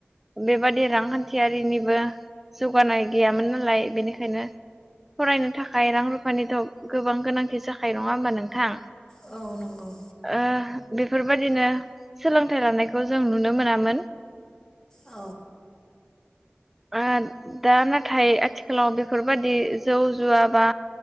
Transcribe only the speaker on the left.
औ नंगौ
औ